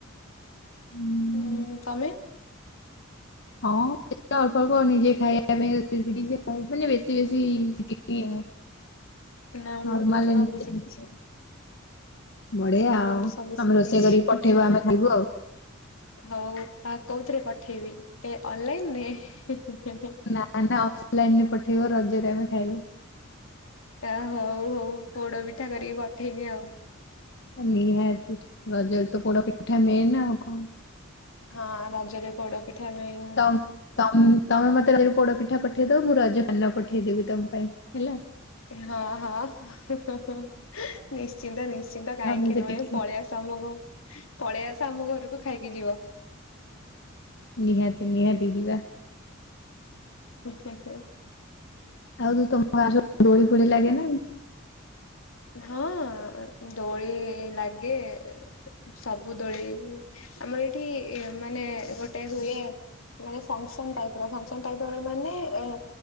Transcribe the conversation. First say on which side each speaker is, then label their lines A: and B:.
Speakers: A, on the left (about 55°); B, on the left (about 75°).
A: ନା?
B: ହୁଁ, ତୋମେ?
A: ହଁ ଶି <unintelligible> ଅଳ୍ପ ଅଳ୍ପ ନିଜେ ଖାଇବା ପାଇଁ ରୋଷେଇ ଶିଖିଛି ଆଉ। ମାନେ ବେଶୀ ବେଶୀ ଶିଖିନି ଆଉ।
B: ନା ମୁଁ
A: ନର୍ମାଲ୍
B: କିନ୍ତୁ
A: ଏମତି
B: ସବୁ ଶିଖିଛି
A: ଏମତି। ବଢ଼ିଆ
B: ମୁଁ
A: ଆଉ
B: କିନ୍ତୁ
A: ତୋମେ
B: ସବୁ ଶିଖିଛି।
A: ରୋଷେଇ କରିକି ପଠେଇବ ଆମେ ଖାଇବୁ ଆଉ।
B: ହଉ ଆ, କୋଉଥିରେ ପଠେଇବି ଏ ଅନଲାଇନ୍ ରେ?
A: ନା ନା ଅଫଲାଇନ୍ ରେ ପଠେଇବ ରଜରେ ଆମେ ଖାଇବୁ।
B: ତା ହଉ ହଉ ପୋଡପିଠା କରିକି ପଠେଇବି ଆଉ।
A: ନିହାତି ରଜରେ ତ ପୋଡ଼ ପିଠା ମେନ୍ ଆଉ କଣ।
B: ହଁ ରଜରେ ପୋଡ଼ ପିଠା ମେନ୍।
A: ତମ୍। ତମ୍ ତମେ ମତେ ରଜରେ ପୋଡ଼ ପିଠା ପଠେଇଦବ ମୁଁ ରଜ ପାନ ପଠେଇଦେବି ତମ ପାଇଁ ହେଲା।।
B: ହଁ ହଁ ହଁ ହଁହଁ ନିଶ୍ଚିନ୍ତ ନିଶ୍ଚିନ୍ତ
A: ତମେ
B: କାହିଁକି
A: ସେଠି
B: ନୁହେଁ
A: ଖା
B: ପଳେଇ ଆସ ତମକୁ ପଳେଇ ଆସ ଆମ ଘରକୁ ଖାଇକି ଯିବ।
A: ନିହାତି ନିହାତି ଯିବା।
B: ହୁ ହୁଁ ହୁଁ।
A: ଆଉ ଯୋଉ ତମ ଗାଁ ରେ ସବୁ ଦୋଳି ଫୋଳି ଲାଗେ ନା ଏମ୍
B: ହଁ ଦୋଳି ଲାଗେ। ସବୁ ଦଳେ ଆମର ଏଠି ମାନେ ଗୋଟେ ହୁଏ। ମାନେ ଫଂକ୍ସନ୍ ଟାଇପର ଫଂକ୍ସନ୍ ଟାଇପର ମାନେ ଏ